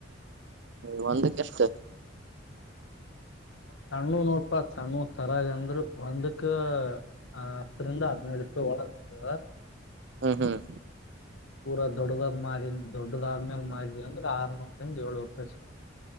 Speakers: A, on the right; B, on the left.
A: ಹ ಒಂದಕ್ಕೆ ಎಷ್ಟು.
B: ನ ಸಣ್ಣ ನೋಡ್ಪಾ ಸಣ್ಣ ತರ ಅಂದ್ರು ಒಂದಕ್ಕ ಹತ್ತರಿಂದ ಹದ್ನೈದ ರೂಪಾಯಿ ಒಳಗದ.
A: ಹ್ಮ ಹ್ಮ್
B: ಪೂರ ದೊಡ್ಡದ ಮ ದೊಡ್ಡದ ಆದ್ಮೇಲೆ ಮಾರಿದವಿ ಅಂದ್ರೆ ಆರ್ನೂರು ಏಳ್ನೂರು ರೂಪಾಯಿ ಸಿಗತದ